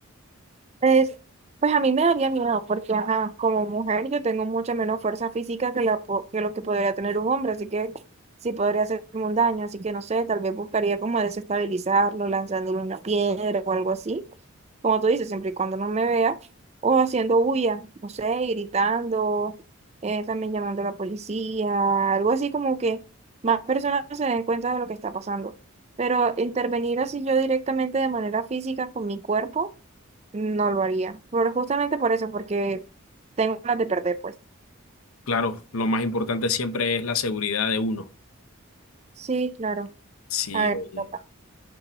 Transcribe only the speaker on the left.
Claro, lo más importante siempre es la seguridad de uno.
Sí,
oye.